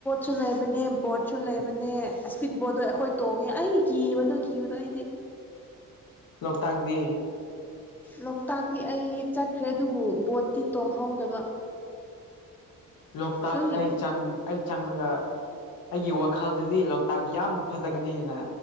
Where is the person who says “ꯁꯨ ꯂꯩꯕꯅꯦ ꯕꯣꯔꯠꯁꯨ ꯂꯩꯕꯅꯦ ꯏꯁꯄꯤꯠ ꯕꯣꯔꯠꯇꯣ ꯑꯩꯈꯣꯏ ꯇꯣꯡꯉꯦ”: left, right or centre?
Centre